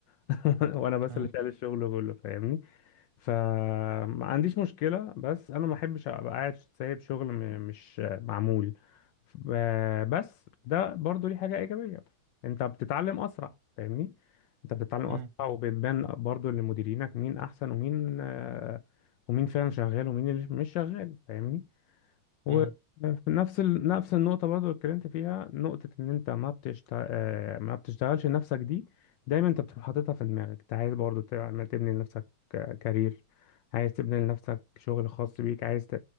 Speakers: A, on the left (about 70°); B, on the right (about 80°).
A: <laughs> وأنا بس
B: امم
A: اللي شايل الشغل كله فاهمني فما عنديش مشكلة بس أنا ما أحبش أبقى قاعد سايب شغل م- مش معمول ب- بس ده برضو ليه حاجة إيجابية أنت بتتعلم أسرع فاهمني أنت بتتعلم
B: امم
A: أسرع وبتبان برضو لمديرينك مين أحسن ومين آه، ومين فعلا شغال ومين اللي مش شغال فاهمني وفي
B: امم
A: نفس ال... نفس النقطة برضو اللي اتكلمت فيها نقطة إن أنت ما بتشت... آه، ما بتشتغلش نفسك دي دايما أنت بتبقى حاططها في دماغك أنت عايز برضو تعمل- تبني لنفسك ك- كارير عايز تبني لنفسك شغل خاص بيك عايز ت...